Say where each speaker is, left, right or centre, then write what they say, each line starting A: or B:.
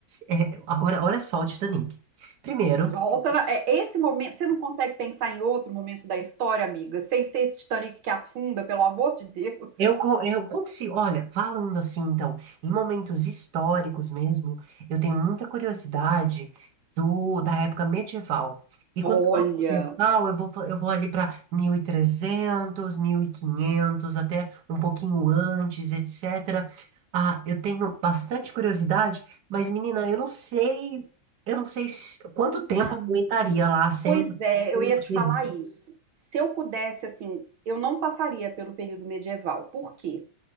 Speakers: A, on the right (about 55°); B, on the right (about 75°).
A: é, agora, olha só o Titanic. Primeiro,
B: Volta, na- é esse momento, você não consegue pensar em outro momento da história, amiga, sem ser esse Titanic que afunda, pelo amor de Deus.
A: Eu, co- eu, como se, olha, falando assim, então, em momentos históricos mesmo, eu tenho muita curiosidade do, da época medieval. E
B: Olha,
A: quando eu falo medieval, eu vou, fa- eu vou ali para mil mil e trezentos mil e quinhentos até um pouquinho antes, etc. Ah, eu tenho bastante curiosidade, mas, menina, eu não sei, eu não sei se- quanto tempo
B: amiga.
A: eu aguentaria lá sem
B: Pois é,
A: sem
B: eu ia te
A: TV.
B: falar isso. Se eu pudesse, assim, eu não passaria pelo período medieval. Por quê?